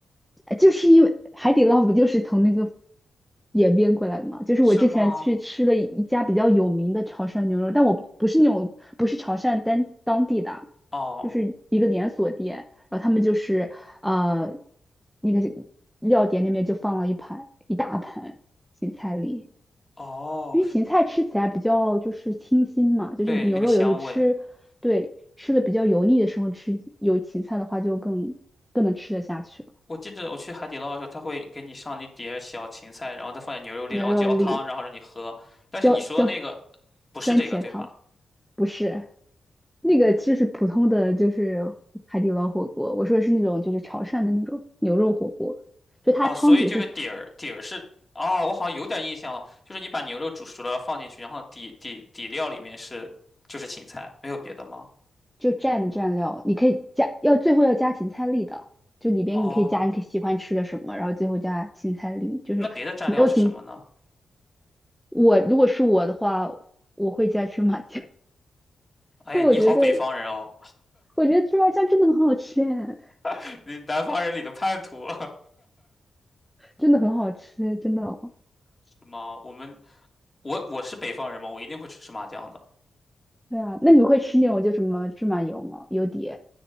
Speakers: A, in the centre; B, on the left.
A: 就是因为海底捞不就是从那个演变过来的嘛？就是我之前去吃了一家比较有名的潮汕牛肉，
B: 是吗？
A: 但我不是那种不是潮汕当当地的，
B: 哦
A: 就是一个连锁店，然后他们就是呃那个料碟那边就放了一盘一大盘芹菜粒，
B: 哦，
A: 因为芹菜吃起来比较就是清新嘛，就是牛肉有时候吃对吃的比较油腻的时候吃有芹菜的话就更更能吃得下去了。
B: 对，那个香味。我记得我去海底捞的时候，他会给你上一碟小芹菜，然后再放点牛肉粒，
A: 牛肉粒，
B: 然后浇汤，然后让你喝。但是你说那个
A: 叫叫
B: 不是这个对吧？
A: 番茄汤，不是那个，就是普通的，就是海底捞火锅。我说的是那种，就是潮汕的那种牛肉火锅，就它汤底是
B: 哦，所以就是底儿，底儿是哦，我好像有点印象了，就是你把牛肉煮熟了放进去，然后底底底料里面是就是芹菜，没有别的吗？
A: 就蘸的蘸料，你可以加，要最后要加芹菜粒的，就里边你可以加你可以喜欢吃的什么，
B: 哦，
A: 然后最后加芹菜粒，就是没有芹。
B: 那别的蘸料是什么呢？
A: 我如果是我的话，我会加芝麻酱，<laughs>
B: 哎，
A: 但我觉得
B: 你好，北方人哦，
A: 我觉得芝麻酱真的很好吃哎，
B: <laughs> 你南方人里的叛徒
A: 真的很好吃，真的哦。
B: <laughs> 是吗？我们我我是北方人嘛，我一定会去吃麻酱的。
A: 对啊，那你会吃那种就什么芝麻油吗？油碟